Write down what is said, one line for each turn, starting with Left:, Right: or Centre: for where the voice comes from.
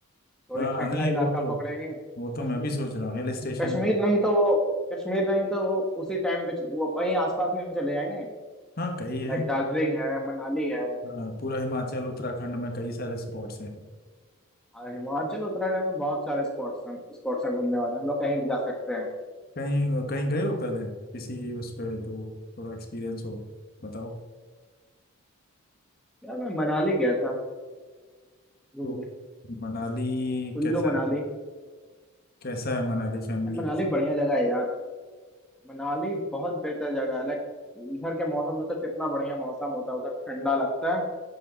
Centre: थोड़ी
Left: हाँ
Centre: ठंडा
Left: नहीं
Centre: इलाका
Left: वो तो
Centre: पकड़ेंगे
Left: वो तो
Centre: कश्मीर
Left: मैं भी सोच रहा हूँ हिल स्टेशन
Centre: कश्मीर नहीं तो वो कश्मीर नहीं तो वो उसी टाइम पे च- वो वहीं आसपास में चले जाएंगे
Left: हाँ कई है
Centre: लाइक दार्जिलिंग है मनाली है
Left: हाँ, पूरा हिमाचल उत्तराखंड में कई सारे स्पॉट्स हैं
Centre: और हिमाचल उत्तराखंड में बहुत सारे स्पॉट्स हैं स्पॉट्स हैं घूमने वाले हम लोग कहीं भी जा सकते हैं
Left: कहीं कहीं गए हो पहले किसी उस पे तो थोड़ा एक्सपीरियंस हो बताओ
Centre: यार मैं मनाली गया था घूमने
Left: तो मनाली
Centre: कुल्लू
Left: कैसा
Centre: मनाली
Left: है कैसा है मनाली फैमिली
Centre: अब मनाली
Left: कैसे
Centre: बढ़िया जगह है यार मनाली बहुत बेहतर जगह है लाइक इधर के मौसम से तो कितना बढ़िया मौसम होता है उधर ठंडा लगता है